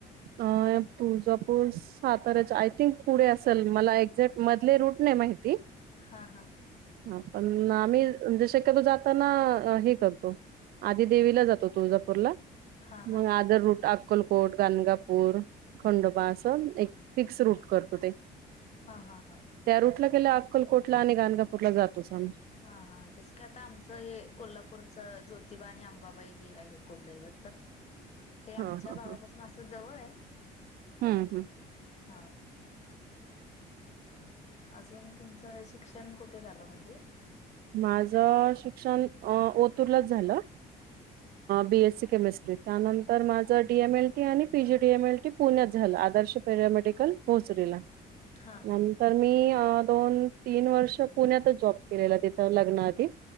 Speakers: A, on the right (about 65°); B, on the left (about 40°).
A: अ तुळजापूर साताऱ्याचा आय थिंक पुढे असेल मला एक क् मधले रूट नाही माहिती
B: हा हा
A: ह पण आम् म्हणजे शक्यतो जाताना हे करतो आधी देवीला जातो तुळजापूरला
B: हा हा
A: मग आदर रूट अक्कलकोट गाणगा हम्म खंडोबा असं एक फिक्स रूट करतो ते
B: हा हा हा
A: त्या रूटला गेल्यावर अक्कलकोट आणि गणगापूरला जातो आम्ही
B: हा हा जस की आता आमचं हे कोल्हापूरचं ज्योतिबा आणि आंबाबाई हे आहे कुलदैवत तर ते
A: हा
B: आमच्या
A: हा
B: गावापासून
A: हा.
B: असं जवळ आहे.
A: हम्म हम्.
B: हा. अजून तुमचं शिक्षण कुठे झालं म्हणजे?
A: माझ शिक्षण अ ओतूरलाच झालं. बीएससी केमिस्ट्री त्यानंतर माझं डी एम एल टी आणि PG D M L T पुण्यात झालं आदर्श पॅरामेडिकल भोचरीला.
B: हा हा
A: नंतर मी अ दोन तीन वर्ष पुण्यातच जॉब केलेला. तिथं लग्नाआधी